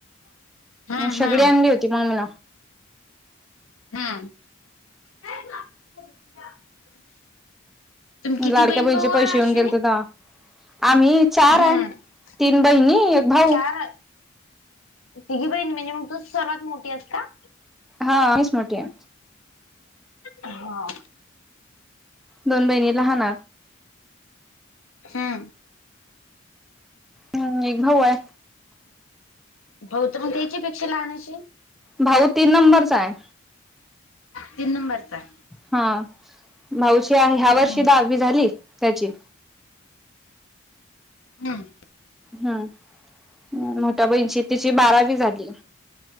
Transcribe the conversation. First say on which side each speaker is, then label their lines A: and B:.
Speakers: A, on the left; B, in the centre.
A: हम्म
B: शेगडी
A: हम्म
B: आणली होती मग्मीन
A: हम्म <unintelligible> किती
B: लाडक्या
A: बहीण
B: बईचे
A: भाऊ
B: पैसे
A: आहे अश्विनी
B: येऊन गेले ते तवा आम्ही चाराय
A: हम्म
B: तीन बहिणी आणि एक भाऊ
A: चार तिघी बहीण म्हणजे मग तू सर्वात मोठी हयस का
B: हा मीच मोठी आहे
A: हा
B: दोन बहिणी लहान
A: हम्म
B: हम्म एक भाऊ आहे
A: भऊ त मग याच्याई पेक्षा लहान अशील
B: भाऊ तीन नंबरचा आहे
A: तीन नंबरचाय
B: हा भाऊची ह्या वर्षी
A: हम्म
B: दहावी झाली त्याची
A: हम्म
B: हम् मोठ्या बहिणीची तिची बारावी झाली